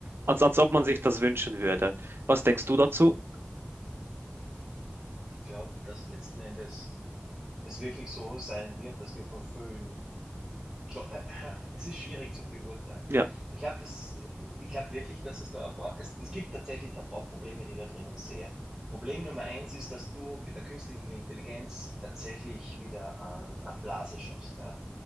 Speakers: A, on the right; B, on the right.
A: als, als ob man sich das wünschen würde. Was denkst du dazu?
B: Ich glaube, dass letzten Endes es wirklich so sein wird, dass wir vom Film. Jo- <laughs> Es ist schwierig zu beurteilen.
A: Ja.
B: Ich glaube, das, ich glaube wirklich, dass es da ein paar, es, es gibt tatsächlich ein paar Probleme, die ich da drinnen sehe. Problem Nummer eins ist, dass du mit der künstlichen Intelligenz tatsächlich wieder äh, eine Blase schaffst. Ja?